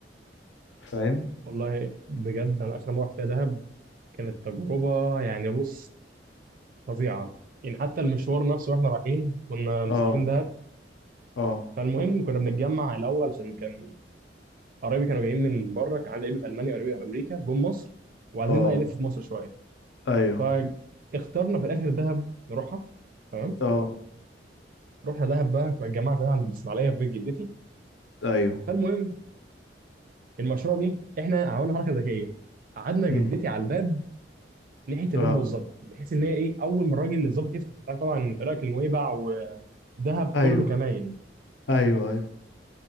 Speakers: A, on the left (about 85°); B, on the right (about 50°).
A: فاهم
B: والله بجد انا اخر مره رحت فيها دهب كانت تجربه يعني بص فظيعه يعني حتى المشوار نفسه واحنا رايحين كنا مسافرين
A: اه
B: دهب
A: اه
B: فالمهم كنا بنتجمع الاول عشان كان قرايبي كانوا جايين من بره كان عندي قرايبي في المانيا وقرايبي في امريكا جم مصر وعايزين
A: اه
B: بقى يلفوا في مصر شويه
A: ايوه
B: فاخترنا في الاخر دهب نروحها تمام
A: اه
B: رحنا دهب بقى كنا الجماعه كلها عند الاسماعيليه في بيت جدتي
A: ايوه
B: فالمهم المشروع جه احنا عملنا حركه ذكيه قعدنا جدتي
A: امم
B: على الباب ناحيه الباب
A: اه
B: بالظبط بحيث ان هي ايه اول ما الراجل اللي الظابط يفتح انت عارف طبعا طريقك لنويبع ودهب
A: ايوه
B: كله كماين
A: ايوه ايوه